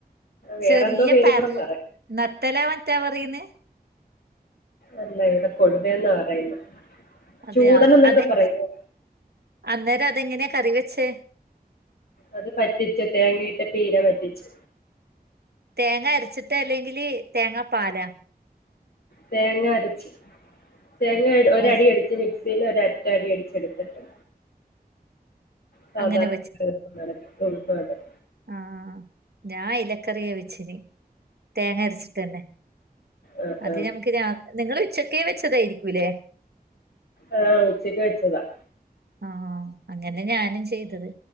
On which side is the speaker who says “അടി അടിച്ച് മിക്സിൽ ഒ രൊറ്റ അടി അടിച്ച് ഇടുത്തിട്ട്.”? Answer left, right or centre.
Left